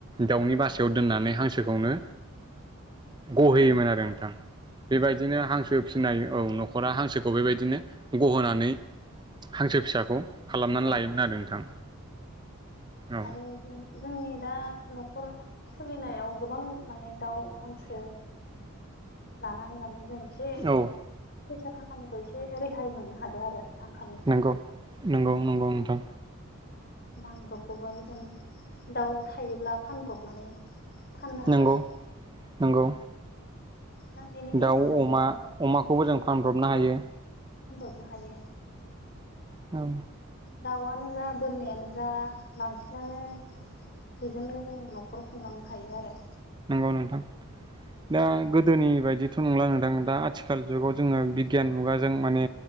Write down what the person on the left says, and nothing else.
औ
आरो जोंनि दा न'खर सोलिनायाव गोबां माने दाउ हांसो लानानै माने जों एसे फैसा
थाखानिफ्राय एसे रेहाय मोननो हादों आरो आंखालनिफ्राय
नांब्रबगौबाबो जों दाउ थायोब्ला फानब्रबनानै फाननो हाबाय
दा बेनि गेजेरजोंनो
फानब्रनो हायो
दावानो जा बोरमायानो जा बांसिनानो बेजोंनो जों न'खर खुंलांनो हायो आरो